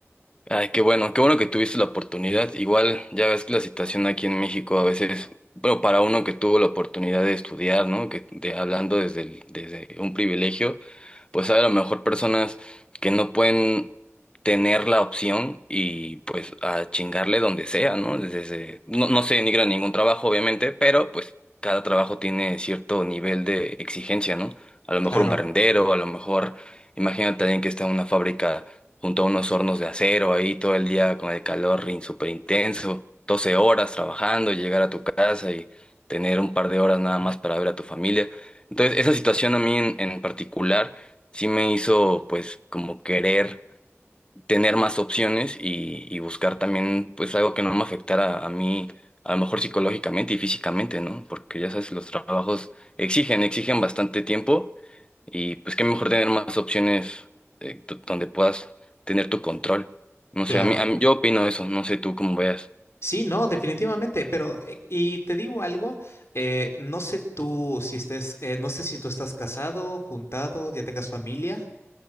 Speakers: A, on the left (about 20°); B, on the left (about 65°).
A: Ay, qué bueno, qué bueno que tuviste la oportunidad. Igual ya ves que la situación aquí en México a veces, bueno, para uno que tuvo la oportunidad de estudiar, ¿no? Que de, hablando desde el- desde un privilegio, pues hay a lo mejor personas que no pueden tener la opción y pues a chingarle donde sea, ¿no? Desde, no, no se denigra ningún trabajo, obviamente, pero pues cada trabajo tiene cierto nivel de exigencia, ¿no? A lo
B: Claro,
A: mejor un barrendero, a lo mejor, imagínate alguien que está en una fábrica junto a unos hornos de acero ahí todo el día con el calor súper intenso, 12 horas trabajando, llegar a tu casa y tener un par de horas nada más para ver a tu familia. Entonces, esa situación a mí en, en particular sí me hizo pues como querer tener más opciones y, y buscar también pues algo que no me afectara a mí, a lo mejor psicológicamente y físicamente, ¿no? Porque ya sabes, los trabajos exigen, exigen bastante tiempo y pues qué mejor tener más opciones eh, do- donde puedas tener tu control. No
B: claro.
A: sé, a mí, a mí- yo opino eso, no sé tú cómo veas.
B: Sí, no, definitivamente, pero eh, y te digo algo, eh, no sé tú si estés, eh, no sé si tú estás casado, juntado, ya tengas familia,